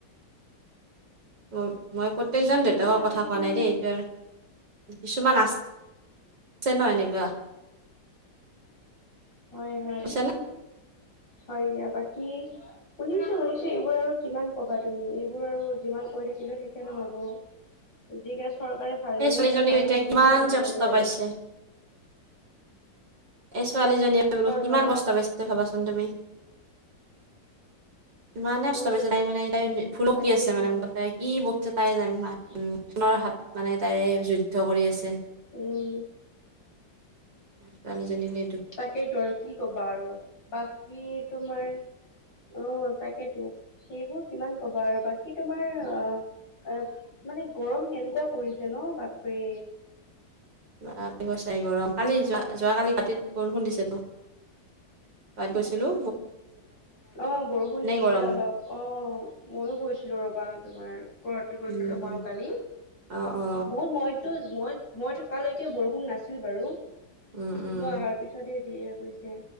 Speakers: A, on the right; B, on the left.
A: ম মই প্ৰত্যেকজন দেউতাকৰ
B: তোমাৰ আজিকালি
A: কথা কোৱা নাই
B: মানে
A: দেই এইটো আৰু কিছুমান আছে আছে ন এনেকুৱা।
B: হয় হয়
A: বুজিছানে
B: হয় আ বাকী। শুনিছো শুনিছো এইবোৰ আৰু কিমান কবা তুমি এইবোৰ আৰু যিমান কৈ থাকিলেও শেষে নহব। গতিকে চৰকাৰে ভালদৰে
A: এই ছোৱালীজনী
B: এটা ভাল
A: এতিয়া
B: ব্যৱস্থা
A: কিমান
B: লব
A: যে কষ্ট
B: লাগে
A: পাইছে
B: আৰু
A: এই ছোৱালীজনীয়ে বোলো
B: হয়
A: কিমান
B: হয়।
A: কষ্ট পাইছে ত ভাবাচোন তুমি। ইমানে কষ্ট
B: উম
A: পাইছে তাই মানে তাই ভুলবকি
B: তাকেইতো।
A: আছে মানে মুখে তাই কি বকিছে তাই জানিব মা
B: <inaudible>
A: নৰ হাত মানে তাই যুদ্ধ কৰি আছে।
B: উম।
A: ছোৱালীজনী লে
B: তাকেইতো আৰু কি কবা আৰু বাকী তোমাৰ অ তাকেতো সেইবোৰ কিমান কবা আৰু বাকী তোমাৰ আ এ মানে গৰম কেনেকুৱা পৰিছে ন বাপৰে।
A: ৰা কৈ চাই গৰম কালি যোৱা যোৱাকালি ৰাতিত বৰষুণ দিছে তো তাত গৈছিলো।
B: অঁ', বৰষুণ দিছে
A: গৰম
B: অলপ অঁ। মইও গৈছিলো ৰ'বা তোমাৰ গুৱাহাটী গৈছিলো
A: উম
B: মইও
A: উম
B: কালি,
A: অ অ
B: বহুত মই- থকালৈকে বৰষুণ নাছিল বাৰু।
A: উম উম
B: গুৱাহাটীত- তা'তে দিয়ে গৈছে।